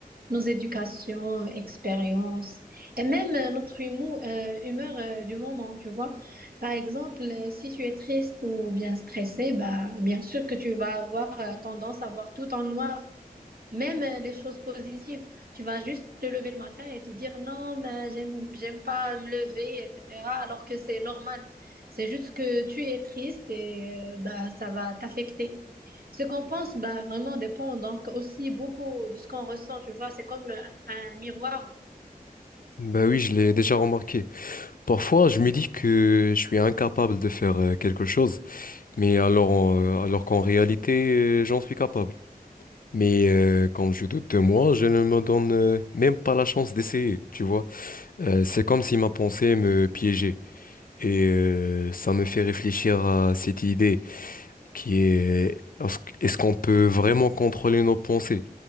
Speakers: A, on the right (about 75°); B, on the left (about 65°).
A: nos éducations, expériences, et même euh, notre humour, euh, humeur euh, du moment, tu vois. Par exemple, euh, si tu es triste ou bien stressé, bah, bien sûr que tu vas avoir euh, tendance à voir tout en noir. Même euh, les choses positives, tu vas juste te lever le matin et te dire non, mais j'aime, j'aime pas me lever, etc. Alors que c'est normal. C'est juste que tu es triste et euh, bah, ça va t'affecter. Ce qu'on pense, bah, vraiment dépend donc aussi beaucoup de ce qu'on ressent, tu vois. C'est comme un miroir.
B: Ben oui, je l'ai déjà remarqué. Parfois, je me dis que je suis incapable de faire euh, quelque chose, mais alors, en- euh, alors qu'en réalité, euh, j'en suis capable. Mais euh, quand je doute de moi, je ne me donne euh, même pas la chance d'essayer, tu vois. Euh, c'est comme si ma pensée me piégeait. Et euh, ça me fait réfléchir à cette idée qui est, euh, est-ce est-ce qu'on peut vraiment contrôler nos pensées?